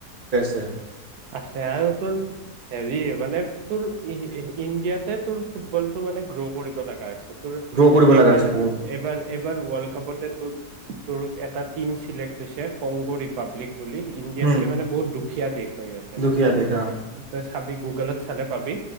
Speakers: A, on the right (about 40°); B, on the right (about 75°).
A: অ
B: আছে আৰু তোৰ হেৰি মানে তোৰ ই ইণ্ডিয়াতে তোৰ ফুটবল টো মানে গ্ৰ' কৰিব লগা হৈছিল তোৰ
A: গ্ৰ' কৰিব
B: এইবাৰ
A: লগা হৈছে বহুত
B: এইবাৰ এইবাৰ ৱৰ্ল্ড কাপতে তোৰ তোৰ এটা টিম চিলেক্ট হৈছে কংগো ৰিপাব্লিক বুলি ইণ্ডিয়াতকে
A: উম,
B: মানে বহুত দুখীয়া দেশ হয় সিহঁতে
A: দুখীয়া দেখা
B: তই চাবি গুগলত চালে পাবি